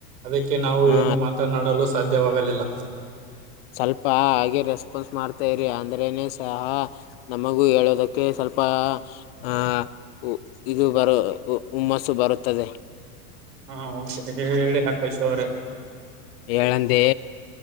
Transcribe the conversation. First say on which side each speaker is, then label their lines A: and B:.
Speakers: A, on the right; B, on the left.
A: ಅದಕ್ಕೆ ನಾವು
B: ಹಾ
A: ಏನು ಮಾತನಾಡಲು ಸ್ ಸಾಧ್ಯವಾಗಲಿಲ್ಲ.
B: ಸ್ವಲ್ಪ ಹಾಗೆ ರೆಸ್ಪಾನ್ಸ್ ಮಾಡ್ತಾ ಇರಿ ಅಂದ್ರೇನೆ ಸಹ ನಮಗೂ ಹೇಳೋದಕ್ ಕ್ಕೆ ಸ್ವಲ್ಪ ಆ. ಇ ಇದು ಬರ ಉ ಉಮ್ಮಸ್ಸು ಬರುತ್ತದೆ.
A: ಹ ಸಕತಾಗ್ ಹೇಳಿ ಆಕಾಶ್ ಅವ್ರೆ.
B: ಏಳಂದಿ